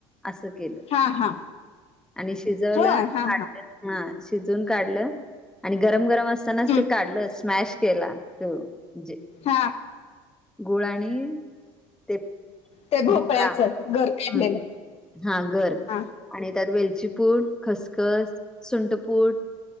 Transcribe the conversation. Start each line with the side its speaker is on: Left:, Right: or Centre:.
Centre: असं केलं,
Left: हा हा
Centre: आणि शिजवला.
Left: होय हा
Centre: <unintelligible> हा शिजून काढलं आणि गरम-गरम असतानाच
Left: हम्म
Centre: ते काढलं स्मॅश केला. हो जे.
Left: हां.
Centre: गुळ आणि. ते
Left: ते भोपळ्याचं
Centre: ढोकळा
Left: गर काढलेलं
Centre: ह, हा घर.
Left: हा
Centre: आणि त्यात वेलचीपूड, खसखस, सुंटपूड